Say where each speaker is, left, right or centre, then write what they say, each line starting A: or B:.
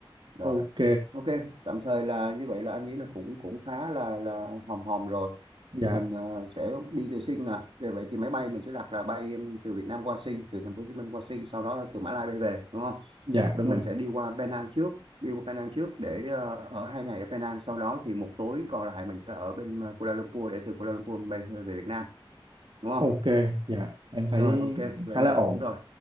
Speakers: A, on the right; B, on the right.
A: rồi
B: ok
A: ok tạm thời là như vậy là anh nghĩ là cũng cũng khá là là hòm hòm rồi
B: dạ
A: mình ờ, sẽ đi từ Sing nè Vậy vậy thì máy bay mình sẽ đặt là bay em, từ Việt Nam qua Sing từ thành phố Hồ Chí Minh qua Sing sau đó từ Mã Lai bay về đúng không
B: dạ đúng
A: mình
B: rồi
A: sẽ đi qua Penang trước đi qua Penang trước để ờ, ở hai ngày ở Penang sau đó thì một tối còn lại mình sẽ ở bên ờ, Kuala Lumpur để từ Kuala Lumpur bay về về Việt Nam đúng không
B: ok dạ em thấy
A: rồi ok vậy
B: khá
A: là
B: là ổn
A: ổn rồi